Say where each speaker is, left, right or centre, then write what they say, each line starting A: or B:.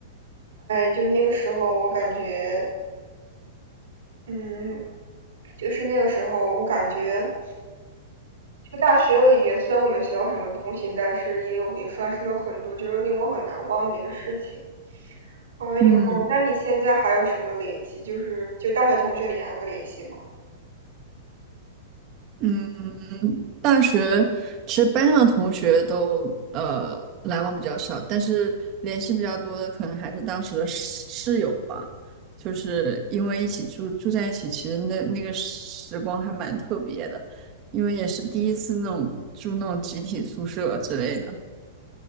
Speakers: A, on the right (about 75°); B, on the right (about 40°).
A: 哎，就那个时候我感觉，嗯，就是那个时候我感觉，就大学里边虽然我没学到什么东西，但是也有也发生了很多就是令我很难忘的一个事情。完了以后，
B: 嗯
A: 那你现在还有什么联系？就是就大学同学里还会联系吗？
B: 嗯，大学其实班上的同学都呃来往比较少，但是联系比较多的可能还是当时的室室友吧，就是因为一起住住在一起，其实那那个时光还蛮特别的。因为也是第一次那种住那种集体宿舍之类的，